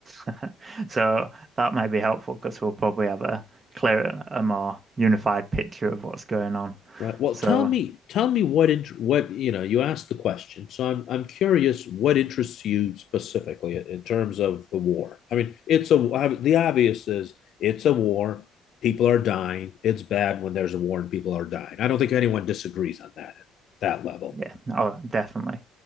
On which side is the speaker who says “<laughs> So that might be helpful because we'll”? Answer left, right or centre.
Right